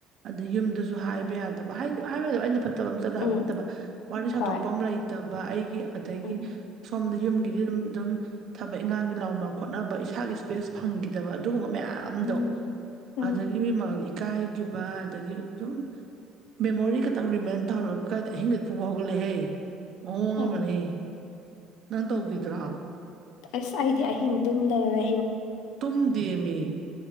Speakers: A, on the right; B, on the left.
A: ꯑꯗ ꯌꯨꯝꯁꯨ ꯍꯥꯏꯕ ꯌꯥꯗ ꯑꯩꯅ ꯐꯠꯇ ꯐꯠꯇꯕ ꯑꯃ ꯆꯠꯂꯣ ꯍꯥꯏꯕ
B: ꯎꯝ
A: ꯅꯠꯇꯕ ꯋꯥꯔꯤ ꯁꯥꯗꯣꯛꯄ
B: ꯍꯣꯏ
A: ꯑꯃ ꯂꯩꯇꯕ ꯑꯩꯒꯤ ꯑꯗꯒꯤ
B: ꯎꯝ
A: ꯁꯣꯝꯗꯒꯤ ꯌꯨꯝꯒꯤꯗꯤ ꯑꯗꯨꯝ ꯑꯗꯨꯝ ꯊꯕꯛ ꯏꯪꯉꯥꯡꯒꯤ ꯂꯥꯎꯅ ꯈꯣꯠꯅꯕ ꯏꯁꯥꯒꯤ ꯏꯁꯄꯦꯁ ꯐꯪꯈꯤꯗꯕ ꯑꯗꯨꯒꯨꯝꯕ ꯃꯌꯥꯝ ꯃꯌꯥꯝꯗꯣ
B: ꯎꯝ ꯎꯝ
A: ꯑꯗꯒꯤ ꯃꯤꯃ ꯏꯀꯥꯏ ꯍꯩꯈꯤꯕ ꯑꯗꯒꯤ ꯁꯨꯝ ꯃꯦꯃꯣꯔꯤ ꯈꯈꯤꯇꯪ ꯔꯤꯃꯦꯟ ꯇꯧꯔ ꯀꯥꯏꯗ ꯑꯍꯤꯡꯗꯤꯛ ꯄꯨꯕ ꯍꯧꯒꯠꯂꯛꯍꯦ ꯃꯑꯣꯡ
B: ꯑꯧ
A: ꯑꯃꯅꯤ ꯅꯪ ꯇꯧꯈꯤꯗ꯭ꯔꯣ
B: ꯑꯁ ꯑꯩꯗꯤ ꯑꯍꯤꯡ ꯇꯨꯝꯗꯅꯦ
A: ꯇꯨꯝ ꯗꯃꯤ